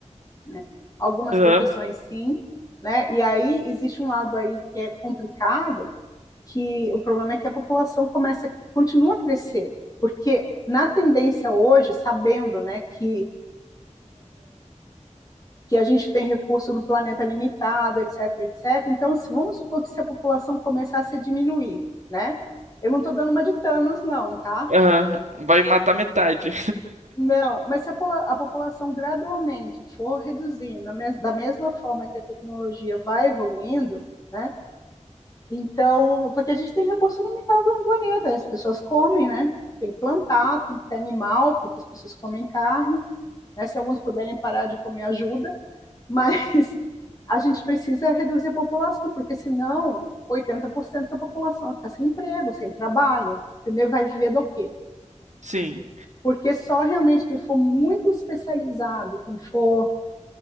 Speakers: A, on the left; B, on the right.
A: né? Algumas
B: Aham.
A: profissões sim, né? E aí existe um lado aí que é complicado, que o problema é que a população começa, continua a crescer, porque na tendência hoje, sabendo, né, que que a gente tem recurso no planeta limitado, etc, etc. Então, se, vamos supor que se a população começasse a diminuir, né? Eu não estou dando uma de Thanos, não, tá?
B: Aham. Vai matar metade.
A: Não, mas se a, a população gradualmente for reduzindo, mes da mesma forma que a tecnologia vai evoluindo, né? Então, porque a gente tem recurso limitado no planeta, as pessoas comem, né? Tem que plantar, tem que ter animal, porque as pessoas comem carne, né? Se alguns puderem parar de comer, ajuda, mas <laughs> a gente precisa reduzir a população, porque senão 80% da população vai ficar sem emprego, sem trabalho, entendeu? Vai viver do quê?
B: <laughs> Sim.
A: Porque só realmente quem for muito especializado, quem for